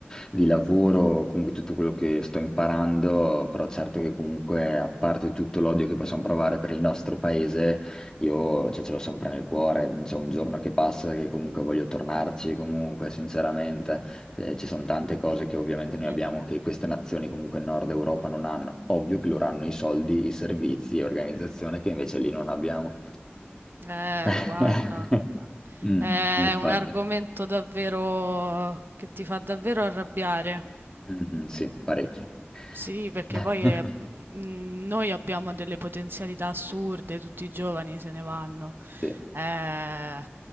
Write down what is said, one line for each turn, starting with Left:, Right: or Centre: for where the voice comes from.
Left: di lavoro, comunque tutto quello che sto imparando, però certo che comunque a parte tutto l'odio che possiamo provare per il nostro paese, io cioè, ce l'ho sempre nel cuore, non c'è un giorno che passa che comunque voglio tornarci, comunque sinceramente eh, ci sono tante cose che ovviamente
Right: mh-mh.
Left: noi abbiamo che queste nazioni comunque in Nord Europa non hanno. Ovvio che loro hanno i soldi, i servizi e organizzazione che invece lì non abbiamo.
Right: Eh,
Left: <laughs>
Right: guarda,
Left: Mm,
Right: è
Left: infatti,
Right: un argomento davvero che ti fa davvero arrabbiare.
Left: Mhm, sì, parecchio.
Right: Sì, perché
Left: <laughs>
Right: poi, ehm, mhmm, noi abbiamo delle potenzialità assurde, tutti i giovani se ne vanno.
Left: Sì.
Right: Eh,